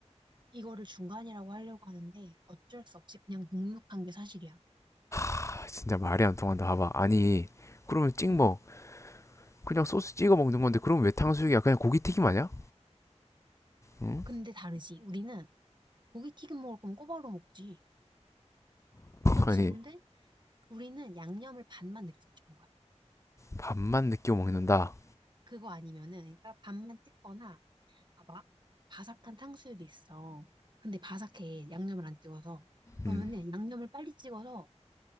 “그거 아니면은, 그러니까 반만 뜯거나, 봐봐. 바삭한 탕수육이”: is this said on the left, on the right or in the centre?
Right